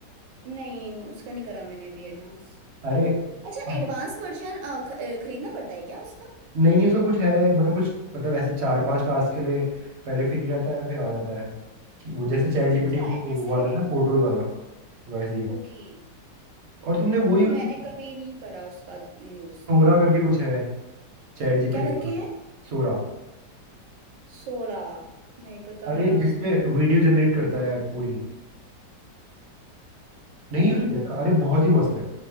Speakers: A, on the right; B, on the right.
A: नहीं उसका नहीं करा मैंने अभी एडवांस
B: अरे
A: अच्छा
B: अब
A: एडवांस वर्जन खरीदना पड़ता है क्या उसका
B: नहीं नहीं उसका कुछ है मतलब कुछ मतलब ऐसे चार पांच टास्क के लिए पहले फ्री रहता है फिर आ जाता है कि वो जैसे चैट जीपीटी
A: अच्छा ऐसा
B: वाला
A: है
B: है ना फोटोज वाला वैसे ही
A: ओके
B: और तुमने वो यूज
A: पर मैंने
B: किया
A: कभी नहीं करा उसका यूज
B: सोरा करके कुछ है चैट जीपीटी
A: क्या करके
B: का
A: है
B: सोरा
A: सोरा नहीं पता
B: अरे
A: नहीं यार
B: जिसमें वीडियो जनरेट करता है पूरी नहीं
A: नहीं
B: यूज किया
A: बता
B: अरे बहुत ही मस्त है